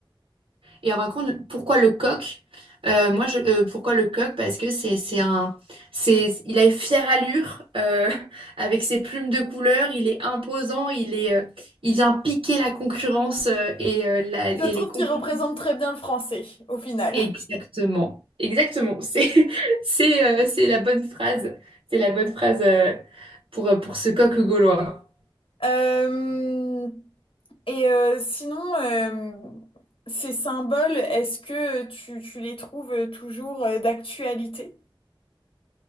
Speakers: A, on the right (about 85°); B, on the left (about 85°).
A: Et en fin de compte, pourquoi le coq? Euh, moi, je, euh, pourquoi le coq? Parce que c'est, c'est un, c'est, il a une fière allure euh, <laughs> avec ses plumes de couleur. Il est imposant. Il est, euh, il vient piquer la concurrence euh, et, euh, la- et
B: Je trouve
A: les compétitions.
B: qu'il représente très bien le français au final.
A: Exactement. Exactement. C'est, <laughs> c'est, euh, c'est la bonne phrase. C'est la bonne phrase euh, pour, pour ce coq gaulois.
B: Euh, et euh, sinon, euh, ces symboles, est-ce que tu, tu les trouves toujours euh, d'actualité?